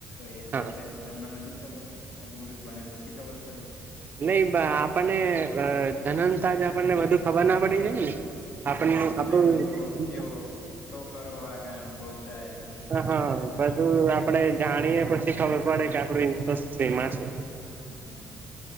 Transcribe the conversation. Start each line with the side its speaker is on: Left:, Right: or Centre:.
Left: એ
Right: હા
Left: પહેલાથી તમને નથી ખબર આટલું બધું ભણ્યા પછી ખબર પડી
Right: નઈ આપણને જનનતાજ આપણને બધુ ખબર ના પડી જાય ને આપણને
Left: હા એટલે
Right: આપણું
Left: પેલું થોડુંક ચેવો થો કરવા જાય અનુભવ થાય પછી ખબર
Right: હ હ <unintelligible>
Left: પડે એમ ને
Right: આપડે જાણીએ પછી ખબર પડે કે આપણું ઇન્ટ્રસ્ટ સેમાં છે
Left: હ